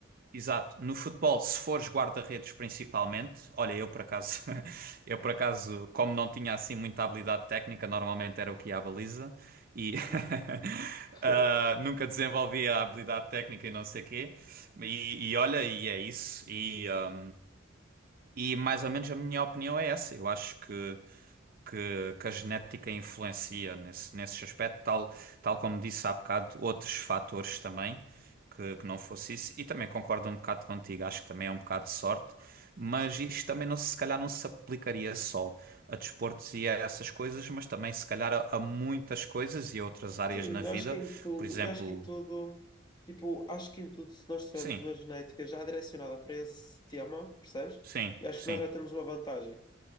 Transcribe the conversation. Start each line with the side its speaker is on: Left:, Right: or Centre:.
Right: Exato. No futebol, se fores guarda-redes principalmente, olha, eu por acaso, <laughs> eu por acaso, como não tinha assim muita habilidade técnica, normalmente era o que ia à baliza e
Left: Uhum.
Right: <laughs>
Left: <laughs>
Right: ah, nunca desenvolvia a habilidade técnica e não sei quê. E, e olha, e é isso. E, ah, e mais ou menos a minha opinião é essa. Eu acho que, que, que a genética influencia nesse, nesse aspecto, tal, tal como disse há bocado, outros fatores também, que, que não fosse isso. E também concordo um bocado contigo, acho que também é um bocado de sorte, mas isto também não, se se calhar não se aplicaria só a desportos e a essas coisas, mas também se calhar a, a muitas coisas e a outras áreas
Left: Sim,
Right: na
Left: eu
Right: vida.
Left: acho que em tudo,
Right: Por exemplo,
Left: eu acho que em tudo, tipo, acho que em tudo, se nós tivermos
Right: sim,
Left: uma genética já direcionada para esse tema, percebes?
Right: sim,
Left: Eu acho
Right: sim.
Left: que nós já temos uma vantagem